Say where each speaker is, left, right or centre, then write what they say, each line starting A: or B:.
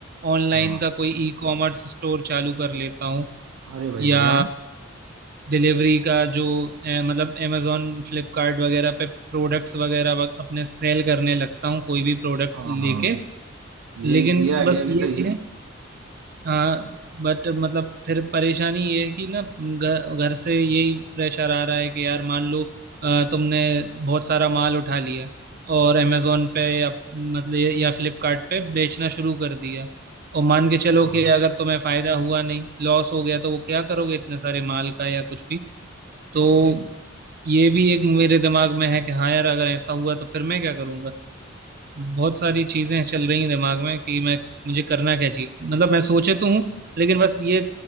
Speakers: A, on the right (about 75°); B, on the right (about 50°).
A: अच्छा
B: ऑनलाइन का कोई ई कॉमर्स स्टोर चालू कर लेता हूँ
A: अरे भाई
B: या
A: बढ़िया है
B: डिलीवरी का जो अ, मतलब अमेजोन फ्लिपकार्ट वगैरह पे प्रोडक्ट्स वगैरह वक- अपने सेल करने लगता हूँ कोई भी प्रोडक्ट
A: हाँ
B: लेके
A: हाँ ये
B: लेकिन
A: ये आइडिया
B: बस
A: भी
B: ये
A: सही है
B: है हाँ बट मतलब फिर परेशानी ये है कि ना घर घर से यही प्रेशर आ रहा है कि यार मान लो अ, तुमने बहुत सारा माल उठा लिया और अमेजोन पे या मतलब या फ्लिपकार्ट पे बेचना शुरू कर दिया और मान के चलो
A: हाँ
B: कि अगर तुम्हें फायदा हुआ नहीं लॉस हो गया तो वो क्या करोगे इतने सारे माल का या कुछ भी तो ये भी एक मेरे दिमाग में है कि हाँ यार अगर ऐसा हुआ तो फिर मैं क्या करूंगा बहुत सारी चीजें चल रही हैं दिमाग में कि मैं मुझे करना क्या चाहिए मतलब मैं सोचे तो हूँ लेकिन बस ये